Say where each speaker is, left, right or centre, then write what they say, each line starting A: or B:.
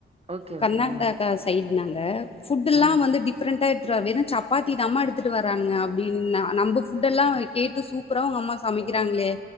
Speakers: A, on the right; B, on the left.
A: ஓகே
B: கர்நாடகா
A: ஓகே
B: சைட் நாங்க ஃபுட்டுல்லா
A: ம்
B: வந்து டிஃப்ரெண்டா உத்ரா வெறும் சப்பாத்தி தாம்மா எடுத்துட்டு வராங்க அப்டின்னா நம்ம ஃபுட்டெல்லா கேட்டு சூப்புரா அவுங் அம்மா சமைக்கிறாங்களே